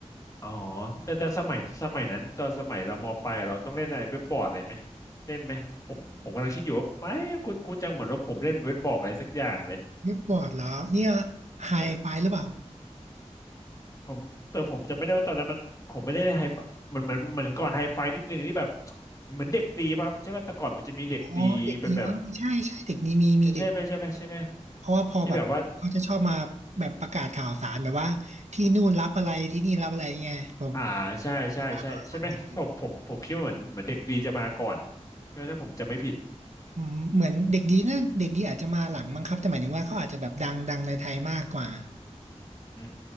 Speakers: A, on the left (about 30°); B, on the right (about 75°).
A: อ๋อแต่แต่สมัยสมัยนั้นตอนสมัยเรามปลายเราต้องเล่นอะไรเว็บบอร์ดอะไรไหมเล่นไหมผมผมกำลังคิดอยู่ว่าไม่คุณคุณจังเหมือนว่าผมเล่นเว็บบอร์ดอะไรสักอย่างเลย
B: เว็บบอร์ดเหรอเนี่ย
A: ใช่
B: ไฮไฟหรือเปล่า
A: ผมแต่ผมจำไม่ได้ว่าตอนนั้นมันผมไม่ได้ไฮไฟเมันเหมือนเหมือนก่อนไฮไฟนิดนึงที่แบบเหมือนเด็กดีป่ะครับใช่ป่ะแต่ก่อนมันจะมีเด็กดีเป็นแบบ
B: อ๋อเด็กดีเออใช่ใช่เด็กนี้มีมีเด็ก
A: ใช่ใช่ไหมใช่ไหมใช่ไหม
B: เพราะว่าพอแบบเขาจะชอบมาแบบประกาศข่าวสารแบบว่าที่นู่นรับอะไรที่นี่รับอะไรไงผม
A: ที่แบบว่าอ่าใช่ใช่ใช่ใช่ไหมผมผมผมคิดว่าเหมือนเหมือนเด็กดีจะมาก่อนใช่ไหมถ้าผมจำไม่ผิด
B: ผมตามข่าวสารเด็กดีอืมเหมือนเด็กดีนะเด็กดีอาจจะมาหลังมั้งครับแต่หมายถึงว่าเขาอาจจะแบบดังดังในไทยมากกว่า
A: อื